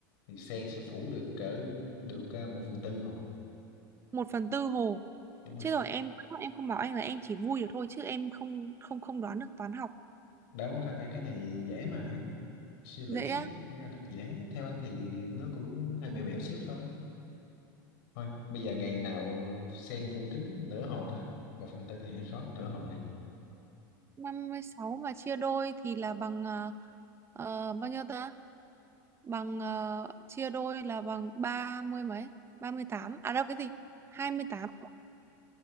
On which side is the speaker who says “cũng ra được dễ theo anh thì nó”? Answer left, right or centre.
Left